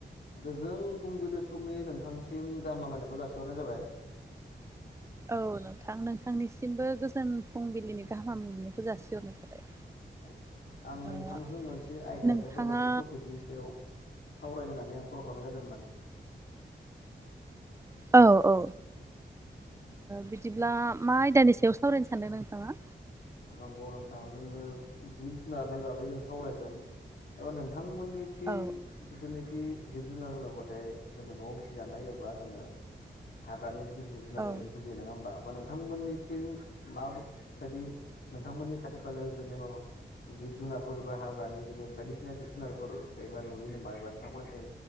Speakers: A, on the left (about 70°); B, on the right (about 15°).
A: गोजोन फुंबिलि समनि नोंथांसिम गाहाम हामलायनायखौ जासिहरनाय जाबाय।
B: औ। नोंथां नोंथांनिसिमबो गोजोन फुंबिलिनि गाहाम हामलायनायखौ जासिहरनाय थाबाय।
A: औ। आं नोंथांजों
B: ओ
A: मोनसे आयदा
B: नोंथाङा
A: हिसायाव बा मोनसे टपिकनि सायाव सावरायनो होननानै आं कल खालामनाय जादों माने।
B: औ औ, बिदिब्ला मा आयदानि सायाव सावरायनो सानदों नोंथाङा?
A: नंगौ नोंथां जोङो जिब जुनारनि बागै जों सावरायगोन एबा नोंथांमोननि थि
B: औ
A: जिथुनाखि जिब जुनार रोङोब्लाथाय जोङो न'आव फिजानाय एबा जोङो हाग्रानि जिथु जिब जुनारखौ
B: औ
A: जों बुजियो नङा होमबा बा नोंथांमोननिथिं मा बायदि नोंथांमोननि खाथि खालायाव बेबादिनो माबा जिब जुनारफोर एबा हाग्रानि बिदिनो बायदिसिना जिब जुनारफोर एबा नुयो नामा एबा नोंथांमोनजों